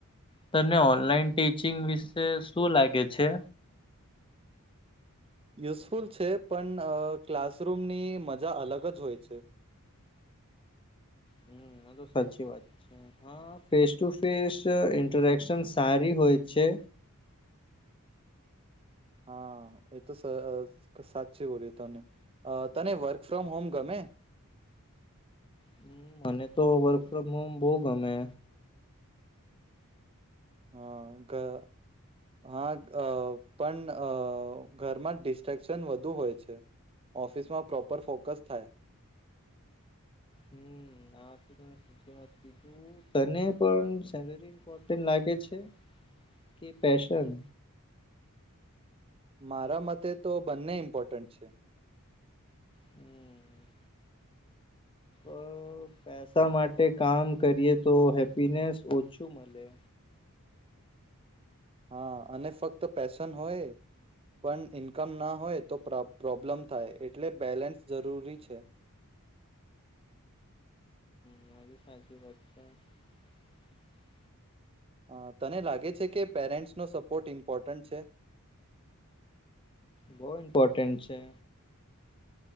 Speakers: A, on the left; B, on the right.
A: તને ઓનલાઈન ટીચિંગ વિશે શું લાગે છે?
B: યુઝફુલ છે પણ ક્લાસરૂમની મજા અલગ જ હોય છે.
A: હમ આ તો સાચી વાત છે. હા ફેસ ટુ ફેસ ઇન્ટરેક્શન સારી હોય છે.
B: હા, એ તો સ સાચી બોલ્યા તમે. અ તને વર્ક ફ્રોમ હોમ ગમે?
A: હમ્મ, મને તો વર્ક ફ્રોમ હોમ બહ ગમે.
B: હા ઘ હા અ પણ અ ઘરમાં ડિસ્ટ્રેક્શન વધુ હોય છે. ઓફિસમાં પ્રોપર ફોકસ થાય.
A: હમ <unintelligible> તને પણ સેલરી ઈમ્પોર્ટન્ટ લાગે છે? કે પેશન?
B: મારા મતે તો બંને ઇમ્પોર્ટન્ટ છે.
A: હમ્મ. અ પેસા માટે કામ કરીએ તો હેપીનેસ ઓછું મળે.
B: હા, અને ફક્ત પેશન હોય પણ ઈન્કમ ના હોય તો પ્રો પ્રોબ્લેમ થાય એટલે બેલેન્સ જરૂરી છે.
A: <unintelligible>
B: આ, તને લાગે છે કે પેરેન્ટ્સનો સપોર્ટ ઈમ્પોર્ટન્ટ છે?
A: બહુ ઇમ્પોર્ટેન્ટ છે.